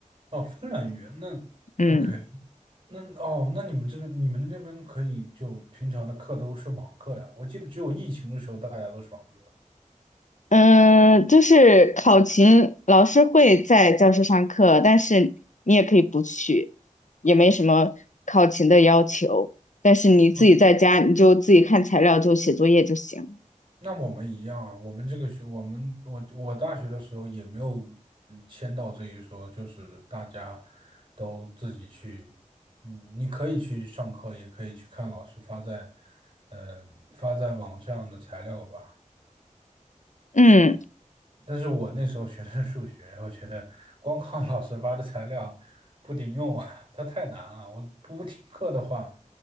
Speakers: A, on the right; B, on the left.
A: 哦，芬兰语言，那
B: 嗯
A: OK，那哦，那你们这边你们那边可以就平常的课都是网课呀？我记得只有疫情的时候大家都是网课。
B: 嗯，就是考勤，老师会在教室上课，但是你也可以不去，也没什么考勤的要求。但是你自己在家，
A: 嗯
B: 你就自己看材料，就写作业就行。
A: 那我们一样啊，我们这个学，我们我我大学的时候也没有嗯签到这一说，就是大家都自己去，嗯，你可以去上课，也可以去看老师发在嗯、呃发在网上的材料吧。
B: 嗯
A: 但是我那时候学的是数学，我觉得光靠老师发的材料不顶用啊，它太难了。我不听课的话